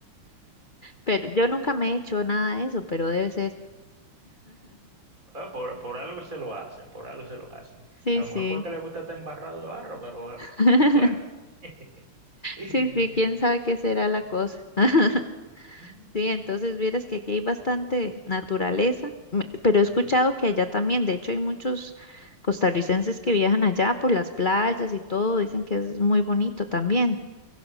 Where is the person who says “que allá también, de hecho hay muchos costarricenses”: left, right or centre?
Left